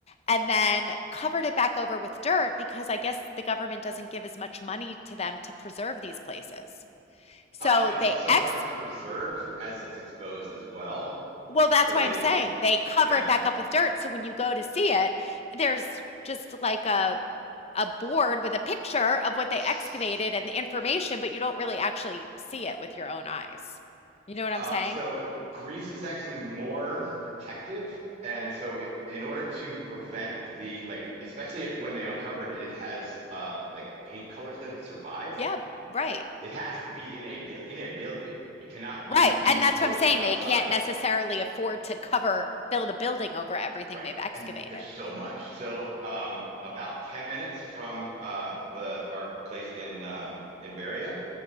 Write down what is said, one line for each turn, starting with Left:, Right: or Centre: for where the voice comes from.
Left: and then covered it back over with dirt because I guess the government doesn't give as much money to them to preserve these places. So
Right: Um, it's
Left: they
Right: also
Left: ex
Right: harder to preserve as it's exposed as well.
Left: well, that's
Right: So
Left: why
Right: they,
Left: I'm saying they cover
Right: yeah.
Left: it back up with dirt. So when you go to see it, there's just like a a board with a picture of what they
Right: <laughs>
Left: excavated and the information, but you don't really actually see it with your own eyes. You know what I'm
Right: Um,
Left: saying?
Right: so grease is actually more protective, and so it, in order to prevent the like, especially if when they uncover it, it has uh like paint colors that have survived.
Left: Yeah, right.
Right: It has to be in a in a building. It cannot
Left: Right.
Right: even be
Left: And
Right: exposed
Left: that's what I'm saying.
Right: to the outside.
Left: They can't necessarily afford to cover, build a building over everything
Right: Right.
Left: they've excavated.
Right: And there's so much. So um, about ten minutes from uh the our place in um in Veria